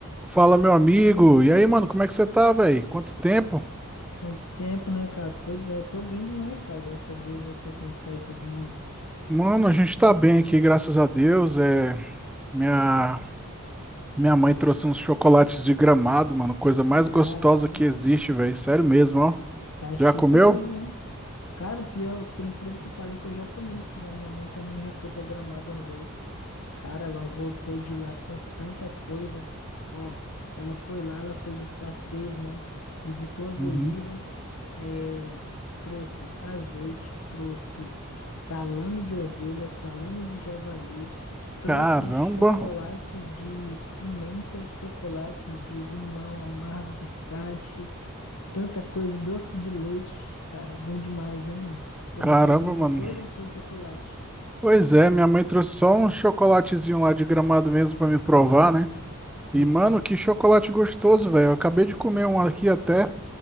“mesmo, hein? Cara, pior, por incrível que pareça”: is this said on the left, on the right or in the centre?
Left